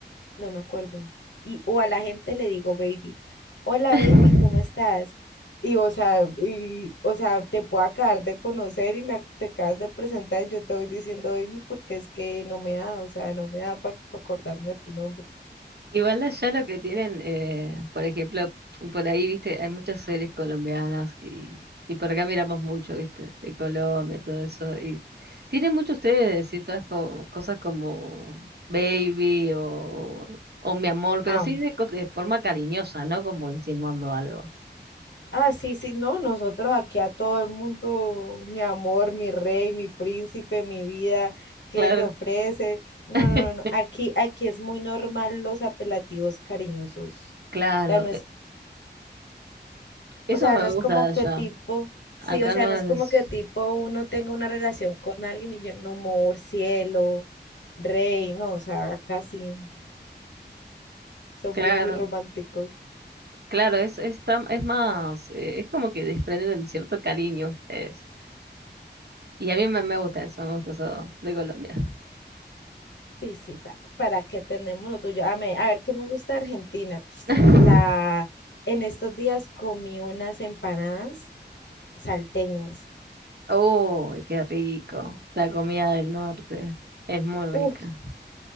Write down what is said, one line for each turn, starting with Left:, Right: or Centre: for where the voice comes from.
Left: no me acuerdo. Y, o a la gente le digo baby. hola
Right: <laughs>
Left: baby, ¿cómo estás? Y o sea, y, o sea, te puedo acabar de conocer y me ac- te acabas de presentar, yo te voy diciendo baby porque es que no me da, o sea, no me da para acordarme de tu nombre.
Right: Igual allá lo que tienen, eh, por ejemplo, por ahí, viste, hay muchas series colombianas y, y por acá miramos mucho, viste, de Colombia, todo eso. Y tienen mucho ustedes de decir todas co- cosas como baby o, o mi amor, pero
Left: Amo.
Right: así de, co- de forma cariñosa, ¿no? Como insinuando algo.
Left: Ah, sí, sí, no, nosotros aquí a todo el mundo, mi amor, mi rey, mi príncipe, mi vida, ¿qué
Right: Claro.
Left: le ofrece? No,
Right: <laughs>
Left: no, no, no, aquí, aquí es muy normal los apelativos cariñosos.
Right: Claro,
Left: O sea, no
Right: e-
Left: es
Right: eso
Left: O sea,
Right: me
Left: no es
Right: gusta
Left: como
Right: de
Left: que
Right: allá.
Left: tipo,
Right: Acá
Left: sí, o sea,
Right: no
Left: no es
Right: es.
Left: como que tipo uno tenga una relación con alguien y yo, no, amor, cielo, rey, no, o sea, casi somos
Right: Claro,
Left: muy románticos.
Right: claro, es, es, tan- es más, eh, es como que desprenden cierto cariño ustedes. Y a mí me, me gusta eso, me gusta eso de Colombia.
Left: Sí, sí, pa- para, que tenemos lo tuyo. A, me- a ver, ¿qué me gusta de Argentina?
Right: <laughs>
Left: La, en estos días comí unas empanadas salteñas.
Right: Uy, qué rico. La comida del norte es muy rica.
Left: Uf,